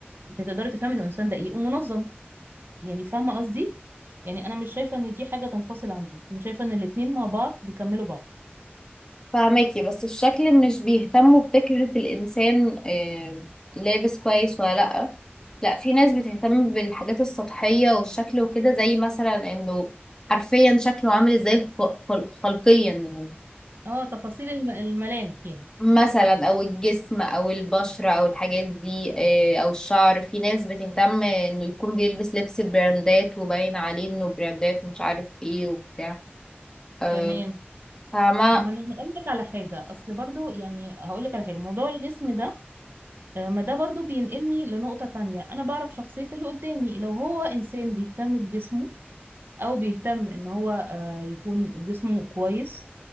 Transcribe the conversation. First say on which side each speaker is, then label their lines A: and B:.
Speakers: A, on the right; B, on the left.
A: انت هتقدري تفهمي انه انسان دقيق ومنظم يعني فاهمة قصدي يعني انا مش شايفة ان دي حاجة تنفصل عندي انا شايفة ان الاتنين مع بعض بيكملوا بعض
B: فهماكي بس الشكل مش بيهتموا بفكرة الإنسان آه، لابس كويس ولا لأ لأ في ناس بتهتم بالحاجات السطحية والشكل وكده زي مثلا إنه حرفيا شكله عامل إزاي خ- خل- خلقيا يعني
A: اه تفاصيل الم... الملامح يعني
B: مثلا او الجسم او البشرة او الحاجات دي آه، او الشعر في ناس بتهتم انه يكون بيلبس لبس براندات وباين عليه انه براندات ومش عارف ايه وبتاع آه،
A: تمام
B: فاهمة
A: ما انا هقول لك على حاجة اصل برضو يعني هقول لك على حاجة موضوع الجسم ده آه، ما ده برضو بينقلني لنقطة تانية أنا بعرف شخصية اللي قدامي لو هو إنسان بيهتم بجسمه أو بيهتم إن هو آه، يكون جسمه كويس